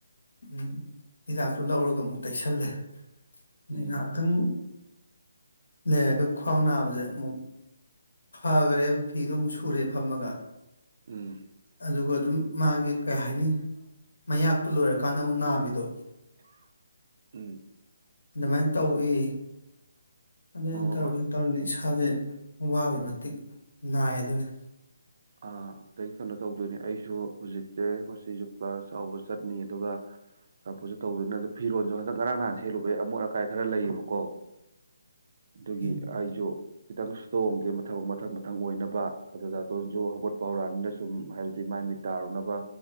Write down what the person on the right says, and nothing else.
ꯎꯝ
ꯎꯝ
ꯎꯝ
ꯑꯣ
ꯑꯥ ꯑꯗꯩ ꯀꯩꯅꯣ ꯇꯧꯗꯣꯏꯅꯦ ꯑꯩꯁꯨ ꯍꯧꯖꯤꯛꯁꯦ ꯉꯁꯨ ꯀꯥꯁ ꯆꯥꯎꯕ ꯆꯠꯅꯤ ꯑꯗꯨꯒ ꯆꯝꯐꯨꯁꯨ ꯇꯧꯗꯣꯏꯅꯦ ꯑꯗ ꯐꯤꯔꯣꯟꯜꯁꯨ ꯈꯤꯇꯪ ꯉꯔꯥꯡ ꯅꯍꯥꯟ ꯁꯦꯠꯂꯨꯕꯩ ꯑꯃꯣꯠ ꯑꯀꯥꯏ ꯈꯔ ꯂꯩꯌꯦꯕꯀꯣ ꯑꯗꯨꯒꯤ
ꯑꯩꯁꯨ ꯈꯤꯇꯪ ꯇꯣꯡꯒꯦ ꯃꯊꯕꯛ ꯃꯊꯪ ꯃꯊꯪ ꯑꯣꯏꯅꯕ ꯑꯗꯨꯗ <unintelligible> ꯍꯧꯒꯠꯄ ꯍꯧꯔꯥꯡꯅꯤꯅ ꯁꯨꯝ ꯍꯥꯏꯕꯗꯤ ꯃꯥꯏ ꯃꯤꯠ ꯇꯥꯔꯨꯅꯕ